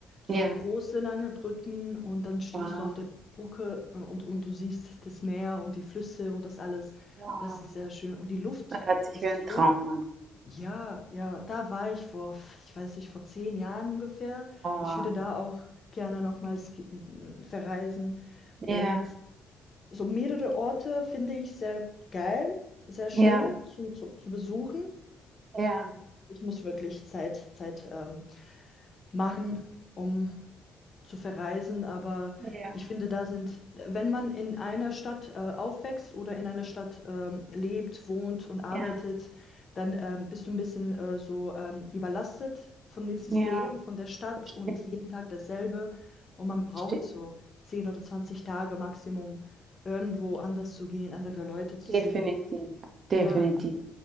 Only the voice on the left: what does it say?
so
große, lange Brücken und dann stehst
du auf der Brücke äh, und, und du siehst das Meer und die Flüsse und das alles. Und
das ist sehr schön. Und die Luft
ist
so,
ja, ja, da war ich vor, ich weiß nicht, vor zehn Jahren ungefähr.
Ich würde da auch gerne nochmals ge- verreisen. Und
so mehrere Orte finde ich sehr geil, sehr schön
zum, zu, zu besuchen.
Ich muss wirklich Zeit, Zeit ähm, machen, um zu verreisen, aber
ich finde, da sind, wenn man in einer Stadt äh, aufwächst oder in einer Stadt ähm, lebt, wohnt und arbeitet,
dann ähm, bist du ein bisschen äh, so ähm, überlastet von dem System,
von der Stadt
und jeden Tag dasselbe. Und man braucht
so 10 oder 20 Tage Maximum, irgendwo anders zu gehen, andere Leute zu
sehen.
Ja.